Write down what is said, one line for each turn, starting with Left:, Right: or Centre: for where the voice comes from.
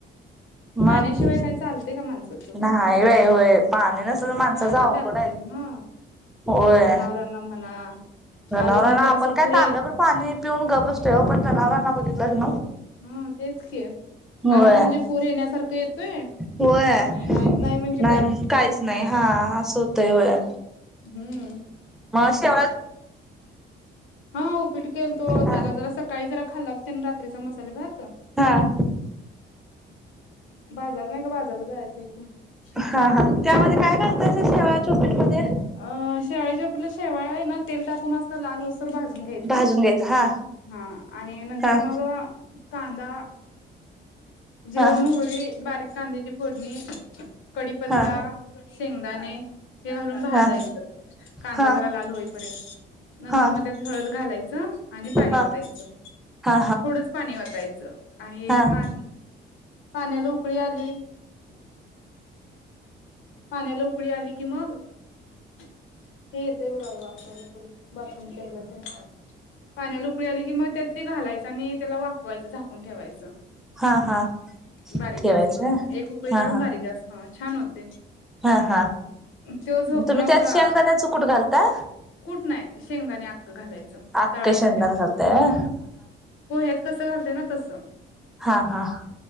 Left: पाण्याशिवाय
Centre: मग
Left: काय चालतंय का माणसाचं
Centre: नाही व होय पाणी नसून माणसाचं
Left: पाणी
Centre: अवघड
Left: लागते
Centre: हाय.
Left: हा
Centre: होय
Left: जनावरांना म्हणा
Centre: जनावरांना
Left: आलं म्हणजे असं
Centre: आपण काय
Left: पुरे
Centre: तांब्यावर पाणी पिऊन ग बसतय वो पण जनावराला लखनऊ
Left: हम् तेच की
Centre: होय,
Left: आला म्हणजे पूर येण्यासारखं येतोय
Centre: होय
Left: आणि नाही नाही म्हणजे
Centre: नाही काहीच नाही हा असं होतय होय
Left: हम्म
Centre: मग शे
Left: हा, उपीट केलतो
Centre: ना?
Left: त्याला जरा सकाळी जरा खाल्ला तेन रात्रीचा मसाले भात
Centre: हा
Left: बाजार नाही का? बाजारला जायचं की
Centre: हा
Left: होय,
Centre: हा त्यामध्ये काय घालतायसा शेवाळाच्या उपीटमध्ये?
Left: अं.. शिळेच्या आपला शेवाळ्या ना तेल टाकून अस लाल हो भाजून घ्यायच,
Centre: भाजून घ्यायचं हा
Left: हा आणि नंतर
Centre: हा
Left: मग कांदा जिरं
Centre: हा
Left: मोह बारीक कांद्याची फोडणी कडीपत्ता
Centre: हा
Left: शेंगदाने हे घालून भाजायचं,
Centre: हा
Left: कांदा
Centre: हा
Left: जरा
Centre: हा
Left: लाल होईपर्यंत. नंतर
Centre: हा
Left: मग त्यात हळद घालायचं च आणि पाणी
Centre: हा
Left: ओतायचं.
Centre: हा
Left: थोडंच पाणी ओतायचं आणि
Centre: हा
Left: पा पाण्याला उ उकळी आली पाण्याला उकळी आली कि मग ते येतय बघा वापरायला, परत बाथरूम च्या हेला तेन. पाण्याला पुळी आली कि मग त्यात ते घालायचं, आणि त्याला वापवायचं झाकून ठेवायचं.
Centre: हा हा
Left: बारीक
Centre: ठेवायचं
Left: गॅस करून. एक उकळी काढून
Centre: हा हा
Left: बारीक गॅस छान होते.
Centre: हा हा
Left: तो झोपला
Centre: तुम्ही
Left: होता.
Centre: त्यात शेंगदाण्याचं कूट घालता?
Left: कुठ नाही, शेंगदानी आक्क घालायचं,
Centre: अख्ख
Left: तळायचं
Centre: शेंगदाण
Left: त्यात.
Centre: घालताय व्हय
Left: हा, पोहे कसं घालतेय ना तसं.
Centre: हा, हा!